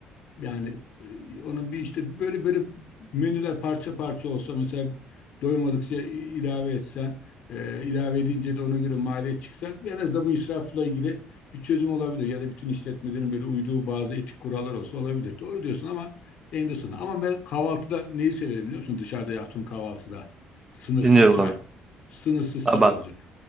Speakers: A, on the left (about 50°); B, on the right (about 15°).
A: yani e, onun bir işte böyle böyle menüler parça parça olsa mesela doymadıkça i- ilave etsen, e, ilave edince de ona göre maliyet çıksa en azından bu israfla ilgili bir çözüm olabilir. Ya da bütün işletmelerin böyle uyduğu bazı etik kurallar olsa olabilir. Doğru diyorsun ama eninde sonunda. Ama ben kahvaltıda neyi severim biliyor musun? Dışarıda yaptığım kahvaltıda sınırsız
B: Dinliyorum
A: çay.
B: abi.
A: Sınırsız
B: Ama
A: çay olacak. <laughs>